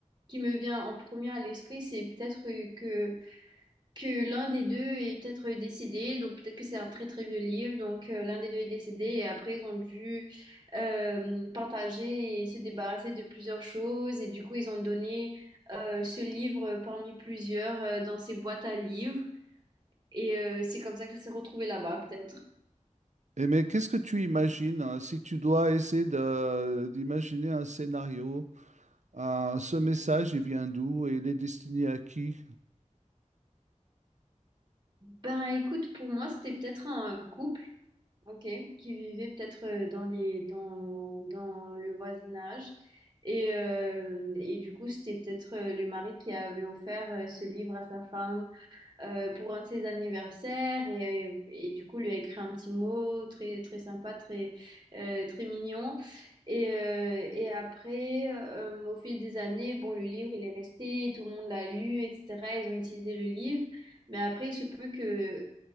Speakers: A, on the right; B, on the right.
A: qui me vient en premier à l'esprit, c'est peut-être euh, que que l'un des deux est peut-être décédé, donc peut-être que c'est un très très vieux livre, donc euh, l'un des deux est décédé et après ils ont dû euh, partager et se débarrasser de plusieurs choses et du coup ils ont donné euh, ce livre parmi plusieurs euh, dans ces boîtes à livres et euh, c'est comme ça que ça s'est retrouvé là-bas peut-être.
B: Et mais qu'est-ce que tu imagines hein, si tu dois essayer de- d'imaginer un scénario, euh, ce message, il vient d'où et il est destiné à qui?
A: Ben écoute, pour moi c'était peut-être un couple. Ok, qui vivaient peut-être euh, dans les dans, dans le voisinage. Et, euh, et du coup, c'était peut-être euh, le mari qui avait offert euh, ce livre à sa femme euh, pour un de ses anniversaires et, et du coup lui a écrit un petit mot très très sympa, très euh, très mignon. Et, euh, et après, euh, au fil des années, bon, le livre il est resté, tout le monde l'a lu, etc. Ils ont utilisé le livre, mais après, il se peut que